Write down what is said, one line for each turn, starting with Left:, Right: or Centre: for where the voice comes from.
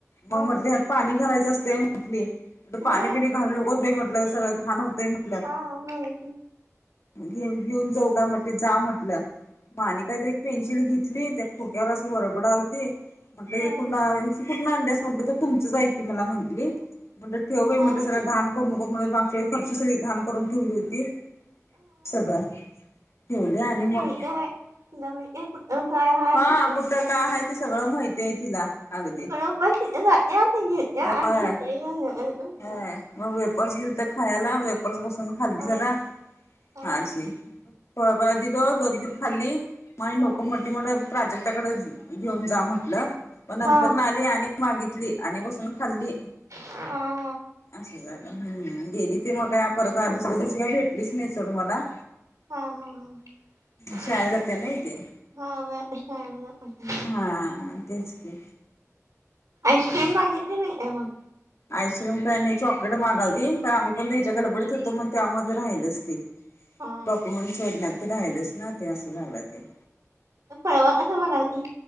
Left: मग
Right: हा
Left: म्हटले पाणी घालायचं असते म्हटली,
Right: व्हय
Left: पाणी पिणी घालू उगच बाई म्हटलं सगळं घाण होत. म्हटलं,
Right: हा व्हय
Left: घे- घेऊन जाऊ का म्हनल, जा म्हटलं. मा आणि काहीतरी एक पेन्सिल घेतली, त्या खोक्यावर असं वरबड आलते, म्हटलं ही
Right: हा
Left: पुन्हा कुठून आणलं म्हटलं तर, तुमच आहे की मला म्हण म्हे ठेव बाई
Right: हा
Left: म्हंटल, सगळं
Right: तिला
Left: घाण करून नको, मागच्या वेळेस फरशी
Right: तिला
Left: सगळी घाण करुन ठेवली होती, सगळं ठेवले आणि मग
Right: या आहे <unintelligible> हझ एक अ कााय हय
Left: हा
Right: खण
Left: कुठं काय
Right: <unintelligible>
Left: आहे ते सगळं माहिती आहे तिला अगदी
Right: म या त घी या
Left: होय
Right: आणि <unintelligible>
Left: होय मग वेफर्स दिलेते खायला, वेपर्स बसून खाल्ली
Right: हा
Left: जरा,
Right: हा
Left: माजी थोळापला <unintelligible> दिल दोन तीन खाल्ली मा
Right: हा
Left: नको मोठी मोठ प्राचक त्याकडे घेऊन जा म्हटलं म नंतर
Right: हा
Left: नाले आणि माग आणि बसून खाल्ली,
Right: हा हा
Left: अस झाल. गेली ते मग काय, परत दुसऱ्या दिवशी काय भेटलीच नाही सोड मला.
Right: हा हा ह हा,
Left: शाळेला जात्या नाही ते
Right: हा मी आता शाळेमध्ये जात होते.
Left: हा तेच की,
Right: आईस्क्रीम मागितली नाही का मग?
Left: आईस्क्रीम काय नाही चॉकलेट मागवली, तर आम्ही पण त्याच्या गडबडीत होतो मग त्यामध्ये राहिलच ती.
Right: हा
Left: डॉक्युमेंट सोडण्यात ते राहिलच ना, ते असं झालं ते.
Right: हळवत असं म्हणाली